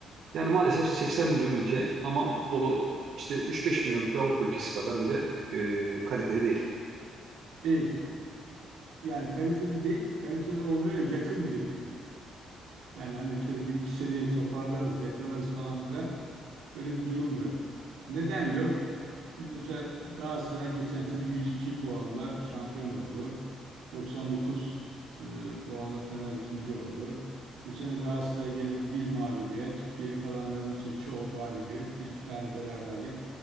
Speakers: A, on the right; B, on the right.
A: Yani maalesef 80 milyon ülke ama futbolu işte 3-5 milyonluk bir Avrupa ülkesi kadar bile e, kaliteli değil.
B: Değil. Yani kaliteli değil, kaliteli olmaya yakın bile değil. Yani hani şöyle bir iki seneyi toparlarız, yakalarız falan filan. Öyle bir durum da yok. Neden yok? Şimdi mesela Galatasaray geçen sene 102 puanla şampiyon oldu. 99 e, puanla Fener ikinci oldu. Bu sene Galatasaray gene bir mağlubiyet. Geri kalanların işte çoğu galibiyet. Bir iki tane beraberlik.